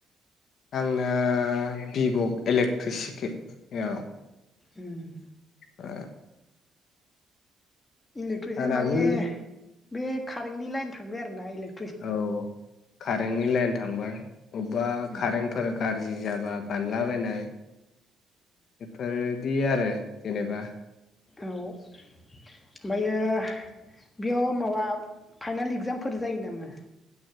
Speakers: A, on the left; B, on the left.
A: आंना भिभ' इलेक्ट्रिसिक आव
B: ओम
A: ओ
B: इलेक्ट्रिसियान
A: आंनाबो
B: माने बे खारेन्टनि लाइन थांबाय आरोना इलेक
A: औ खारेन्टनि लाइन थांबाय अब्बा
B: उम
A: खारेन्टफोर गाज्रि जाबा बानलाबायनाय <unintelligible> दि आरो जेनेबा
B: औ ओमफायो बेयाव माबा फाइनाल इगजामफोर जायो नामा?